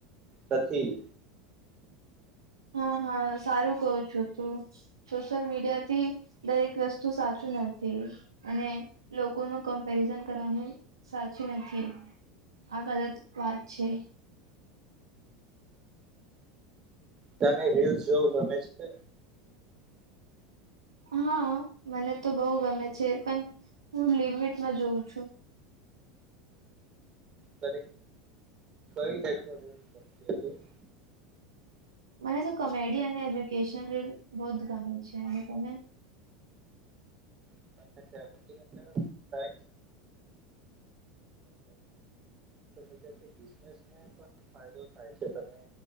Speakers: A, on the right (about 30°); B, on the right (about 75°).
A: નથી.
B: હા હા સારું કહો છો તું સોશિયલ મીડિયા થી દરેક વસ્તુ સાચું નથી. અને લોકોનું કમ્પેરિઝન કરવાનું સાચું નથી. આ ગલત વાત છે.
A: તને રિલ્સ જોવું ગમે છે?
B: હા મને તો બહુ ગમે છે પણ હું લિમિટમાં જોઉં છું.
A: તને કંઈ ટાઈપ ના <inaudible>
B: મને તો કોમેડી અને એજ્યુકેશન રીલ બહુ જ ગમે છે. અને તમે
A: <unintelligible> સોશિયલ મીડિયા થી બિઝનેસને પણ ફાયદો થાય છે તને